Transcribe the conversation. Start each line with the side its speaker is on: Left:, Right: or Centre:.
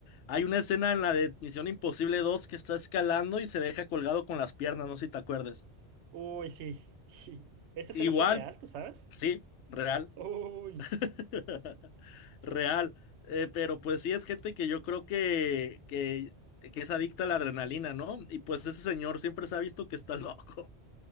Left: Hay una escena en la de Misión Imposible dos que está escalando y se deja colgado con las piernas, no sé si te acuerdas.
Right: <laughs> Uy, sí. <laughs> Esa escena
Left: Igual,
Right: fue real, ¿tú sabes?
Left: sí, real.
Right: Uy.
Left: <laughs> Real. Eh, pero pues sí es gente que yo creo que, que, que es adicta a la adrenalina, ¿no? Y pues ese señor siempre se ha visto que está <laughs> loco.